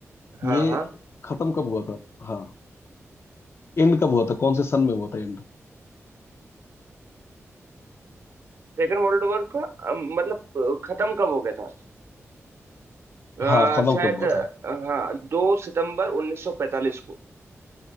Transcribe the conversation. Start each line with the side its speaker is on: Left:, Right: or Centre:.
Right: हाँ
Left: ये
Right: हाँ
Left: खत्म कब हुआ था हाँ एंड कब हुआ था कौन से सन में हुआ था एंड
Right: सेकेंड वर्ल्ड वॉर का अ, मतलब अ, खत्म कब हो गया था अ,
Left: हाँ खत्म
Right: शायद
Left: कब हुआ
Right: अ,
Left: था
Right: हाँ दो सितंबर 1945 को